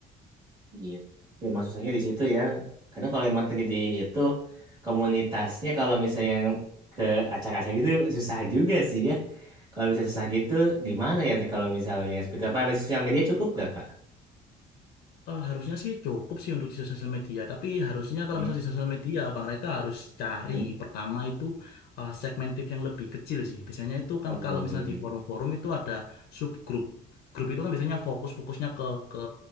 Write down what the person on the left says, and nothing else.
Eh, harusnya sih cukup sih untuk di sosial media, tapi harusnya kalau
misalnya di sosial media, Bang Reka harus cari
pertama itu eh, segmentif yang lebih kecil sih. Biasanya itu kan
kalau misalnya
di forum-forum itu ada subgroup. Grup itu kan biasanya fokus-fokusnya ke ke